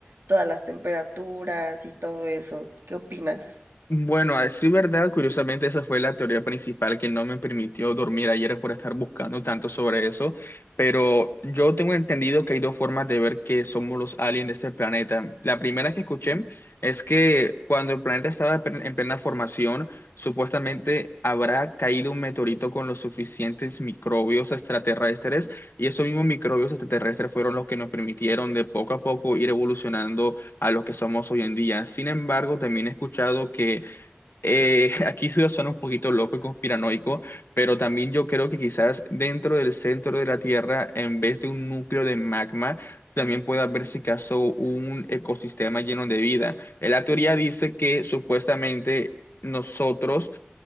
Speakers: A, on the right; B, on the left.
A: todas las temperaturas y todo eso. ¿Qué opinas?
B: Bueno, a decir verdad, curiosamente esa fue la teoría principal que no me permitió dormir ayer por estar buscando tanto sobre eso, pero yo tengo entendido que hay dos formas de ver que somos los aliens de este planeta. La primera que escuché es que cuando el planeta estaba en plen- en plena formación, supuestamente habrá caído un meteorito con los suficientes microbios extraterrestres y esos mismos microbios extraterrestres fueron los que nos permitieron de poco a poco ir evolucionando a lo que somos hoy en día. Sin embargo, también he escuchado que eh, <laughs> aquí se suena un poquito loco y conspiranoico, pero también yo creo que quizás dentro del centro de la Tierra, en vez de un núcleo de magma, también puede haber, si caso, un ecosistema lleno de vida. Eh, La teoría dice que supuestamente nosotros